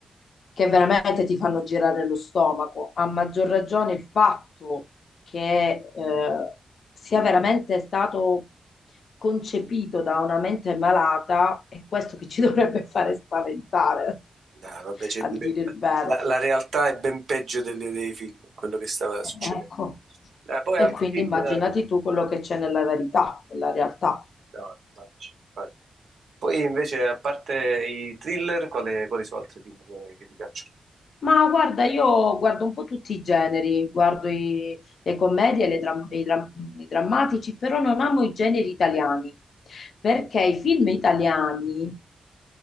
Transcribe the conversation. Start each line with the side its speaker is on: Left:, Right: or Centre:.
Left: che veramente ti fanno girare lo stomaco. A maggior ragione il fatto che eh, sia veramente stato concepito da una mente malata è questo che ci <laughs> dovrebbe fare spaventare,
Right: dai, vabbè, c'è
Left: a
Right: di
Left: dire
Right: pe-
Left: il vero.
Right: la, la realtà è ben peggio delle- dei film, quello che stava
Left: Eh,
Right: succedendo.
Left: Ecco,
Right: Eh, poi
Left: e
Right: altri
Left: quindi
Right: film...
Left: immaginati
Right: eh,
Left: tu quello che c'è nella verità, nella realtà.
Right: No, infatti, infatti. Poi invece, a parte i thriller, quali, quali sono altri film che che ti piacciono?
Left: Ma guarda, io guardo un po' tutti i generi, guardo i- le commedie, le dram- i, dram- i drammatici, però non amo i generi italiani, perché i film italiani,